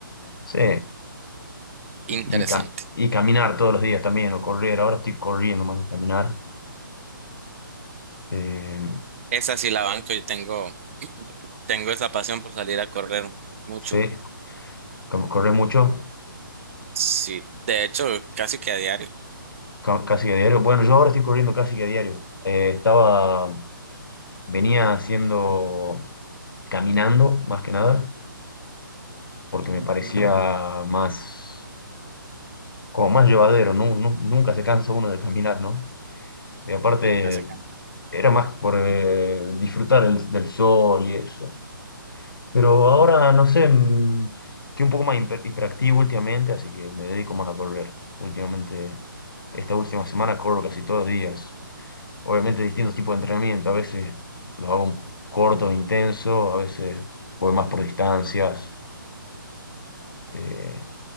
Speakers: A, on the left (about 70°); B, on the right (about 35°).
A: sí,
B: Interesante.
A: Y, cam- y caminar todos los días también, o correr. Ahora estoy corriendo más que caminar. Eh,
B: Esa sí la banco, yo tengo, <clears throat> tengo esa pasión por salir a correr mucho.
A: sí, cam- correr mucho,
B: Sí, de hecho, casi que a diario.
A: ca- casi a diario. Bueno, yo ahora estoy corriendo casi que a diario. Eh, estaba, venía haciendo, caminando más que nada, porque me
B: Ujú.
A: parecía más, como más llevadero, ¿no? Nu- Nunca se cansa uno de caminar, ¿no? Y aparte,
B: Nunca se cansa.
A: era más por eh, disfrutar el- del sol y eso. Pero ahora, no sé, mm, estoy un poco más hiper- hiperactivo últimamente, así que me dedico más a correr. Últimamente, esta última semana corro casi todos los días. Obviamente distintos tipos de entrenamiento, a veces los hago cortos, intensos, a veces voy más por distancias. Eh,